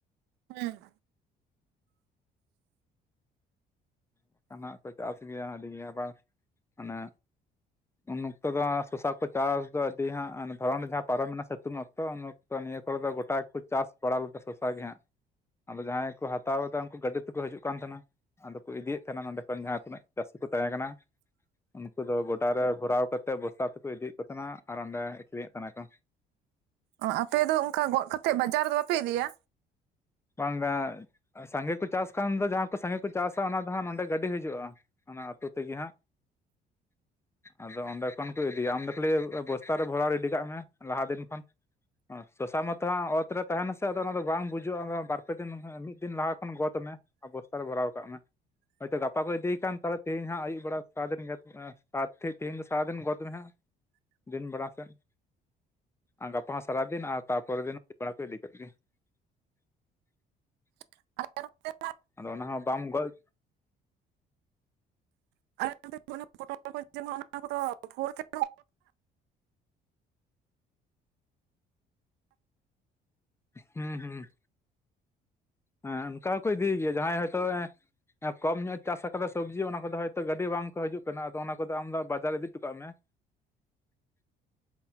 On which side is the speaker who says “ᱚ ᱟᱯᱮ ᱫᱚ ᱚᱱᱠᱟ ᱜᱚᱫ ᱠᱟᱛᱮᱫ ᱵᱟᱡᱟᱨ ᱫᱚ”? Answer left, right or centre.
Right